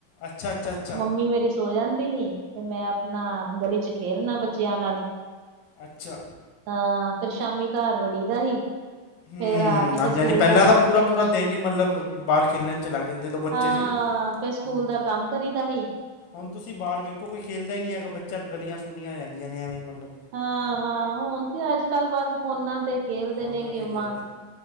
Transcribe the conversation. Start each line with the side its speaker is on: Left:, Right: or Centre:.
Left: ਅੱਛਾ-ਅੱਛਾ
Right: ਮੰਮੀ ਮੇਰੀ ਸੋ ਜਾਂਦੀ ਹੀ ਤੇ ਮੈਂ ਆਪਣਾ ਗਲੀ ਚ ਖੇਲਣਾ ਬੱਚਿਆਂ ਨਾਲ
Left: ਅੱਛਾ
Right: ਹਾਂ ਫੇਰ ਸ਼ਾਮੀ ਕਾਰ ਵੜੀ ਦਾ ਸੀ।
Left: ਹੂੰ
Right: ਫੇਰ ਆ ਕੇ
Left: ਹਾਂਜੀ-ਹਾਂਜੀ
Right: ਫੇਰ ਸਕੂਲ
Left: ਪੈਲਾਂ
Right: ਦਾ ਕੰਮ
Left: ਤਾਂ ਪੂਰਾ-ਪੂਰਾ
Right: ਕਰਨਾ
Left: ਦਿਨ ਈ ਮਤਲਬ ਬਾਰ ਖੇਲਣ ਚ ਲੱਗ ਜਾਂਦਾ ਜਦੋਂ ਬੱਚੇ
Right: ਹਾਂ
Left: ਸੀ।
Right: ਫੇਰ
Left: ਹੂੰ,
Right: ਸਕੂਲ
Left: ਹੂੰ।
Right: ਦਾ ਕੰਮ ਕਰੀ ਦਾ ਹੀ।
Left: ਹੁਣ ਤੁਸੀਂ ਬਾਰ ਵੇਖੋ ਕੋਈ ਖੇਲਦਾ ਹੀ ਨੀ ਹੈਗਾ ਬੱਚਾ ਗਲੀਆਂ ਸੁੰਨੀਆਂ ਰਹਿੰਦੀਆਂ ਨੇ ਐਵੇਂ। ਹੀ ਮਤਲਬ
Right: ਹਾਂ-ਹਾਂ ਹੁਣ ਤੇ ਅੱਜ- ਕੱਲ ਬਸ ਫੋਨਾਂ ਤੇ ਖੇਲਦੇ
Left: ਫੋਨਾਂ
Right: ਨੇ ਗੇਮਾਂ।
Left: ਤੇ ਹੀ ਖੇਲਦੇ